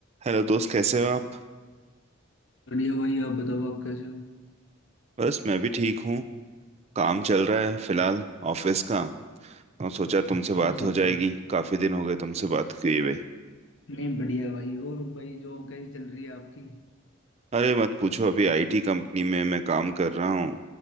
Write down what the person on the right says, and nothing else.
Hello दोस्त कैसे हो आप
बस मैं भी ठीक हूँ काम चल रहा है फिलहाल ऑफिस का और सोचा तुमसे बात
हो
जाएगी काफी दिन हो गए तुमसे बात किए हुए
अरे मत पूछो अभी आईटी कंपनी में मैं काम कर रहा हूँ